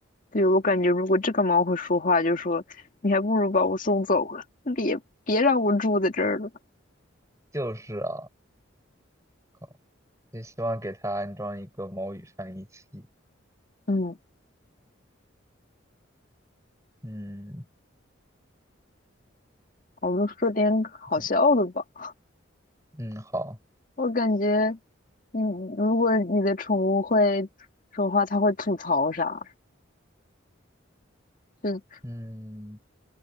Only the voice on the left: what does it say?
对，我感觉如果这个猫会说话，就说你还不如把我送走了，别别让我住在这儿了。
嗯，
我们说点好笑的吧。
我感觉，你如果你的宠物会说话，它会吐槽啥？就。